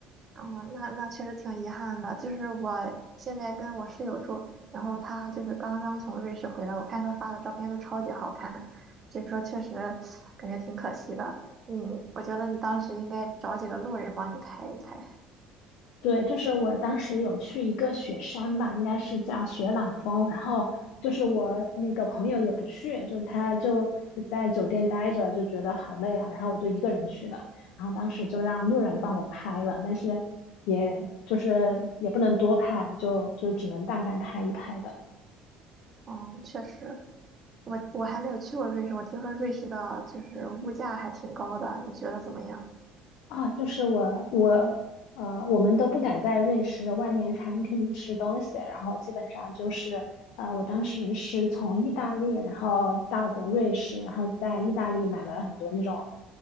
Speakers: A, on the right (about 25°); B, on the left (about 75°).
A: 哦，那那确实挺遗憾的。就是我现在跟我室友住，然后她就是刚刚从瑞士回来，我看她发的照片都超级好看，所以说确实感觉挺可惜的。嗯，我觉得你当时应该找几个路人帮你拍一拍。
B: 对，就是我当时有去一个雪山吧，应该是叫雪朗峰，然后就是我那个朋友也不去，就他就就在酒店待着，就觉得好累啊，然后我就一个人去的，然后当时就让路人帮我拍了，但是也就是也不能多拍，就就只能大概拍一拍的。
A: 嗯，确实，我我还没有去过瑞士，我听说瑞士的就是物价还挺高的，你觉得怎么样？
B: 啊，就是我我呃，我们都不敢在瑞士外面餐厅吃东西，然后基本上就是呃，我当时是从意大利，然后到的瑞士，然后在意大利买了很多那种